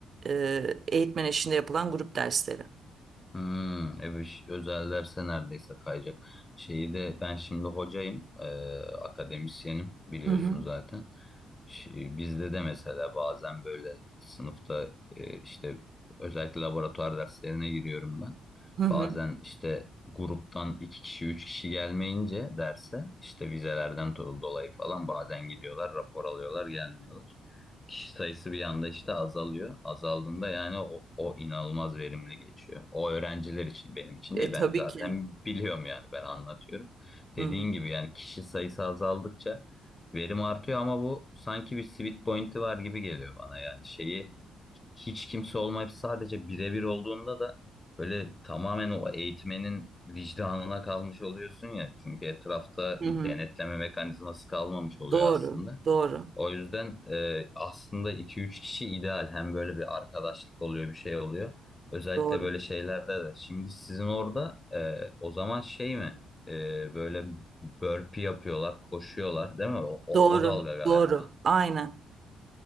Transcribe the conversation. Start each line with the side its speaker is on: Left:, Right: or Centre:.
Right: e, eğitmen eşliğinde yapılan grup dersleri.
Left: Hmm, evet ş- özel derse neredeyse kayacak. Şeyi de ben şimdi hocayım, e, akademisyenim biliyorsun
Right: Hı hı.
Left: zaten. Ş- e, Bizde de mesela bazen böyle sınıfta e, işte özellikle laboratuvar derslerine giriyorum ben.
Right: Hı hı.
Left: Bazen işte gruptan iki kişi üç kişi gelmeyince derse işte vizelerden dolayı falan bazen gidiyorlar rapor alıyorlar gelmiyorlar kişi sayısı bir anda işte azalıyor. Azaldığında yani o, o inanılmaz verimli geçiyor. O öğrenciler için benim için
Right: E
Left: değil
Right: tabii
Left: ben zaten
Right: ki.
Left: biliyorum yani ben anlatıyorum. Dediğin
Right: Hı hı.
Left: gibi yani kişi sayısı azaldıkça verim artıyor ama bu sanki bir sweet point'i var gibi geliyor bana yani şeyi hiç kimse olmayıp sadece birebir olduğunda da böyle tamamen o eğitmenin vicdanına kalmış oluyorsun ya. Çünkü etrafta
Right: Hı
Left: bir
Right: hı.
Left: denetleme mekanizması kalmamış oluyor
Right: Doğru,
Left: aslında.
Right: doğru,
Left: O yüzden e, aslında iki üç kişi ideal. Hem böyle bir arkadaşlık oluyor, bir şey oluyor. Özellikle
Right: doğru,
Left: böyle şeylerde de. Şimdi sizin orada e, o zaman şey mi? E, böyle burpee yapıyorlar, koşuyorlar değil mi? O, o,
Right: doğru,
Left: o dalga galiba.
Right: doğru. Aynen.